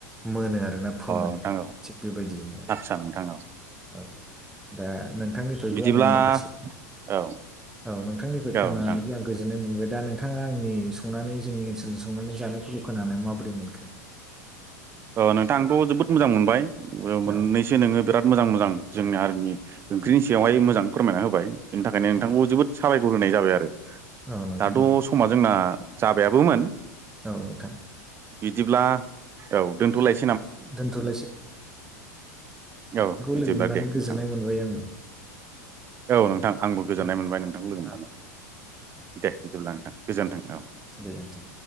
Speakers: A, in the centre; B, on the right (about 25°).
A: मोनो आरोना फोमोनो
B: नोंथां औ
A: थिग बेबायदियैनो
B: आदसा नोंथां औ
A: औ दा नोंथांनिफ्रायबो
B: बिदिब्ला
A: आङो माखासे
B: औ
A: औ नोंथांनिफ्राय
B: नोंथां
A: खोनानानैबो आं गोजोननाय मोनबाय दा नोंथाङा आंनि संनानै जोंनि ओनसोलनि संनानै जानायफोरखौ खोनानाय माबोरै मोनखो?
B: ओ नोंथांंथ' जोबोद मोजां मोनबाय ओ मोननैसो
A: औ
B: नोङो बिराद मोजां मोजां जोंना आरो नि ओंख्रिनि सायावहाय मोजां फोरमायना होबाय बेनि थाखायनो नोंथांखौ
A: औ
B: जोबोद साबायखर होनाय जाबाय आरो
A: औ नोंथां
B: दाथ'
A: औ
B: समा जोंना जाबायाबोमोन
A: औ नोंथां
B: बिदिब्ला औ दोनथ'लायस
A: <unintelligible> नोंथांखौ
B: औ बिदिब्ला
A: लोगो मोननानै
B: दे
A: गोजोननाय
B: नोंथां
A: मोनबाय आंबो
B: औ नोंथां आंबो गोजोननाय
A: औ
B: मोनबाय नोंथांखौ
A: औ
B: लोगो मोनानै
A: औ
B: दे बिदिब्ला नोंथां गोजोन्थों औ
A: बेजोनथों।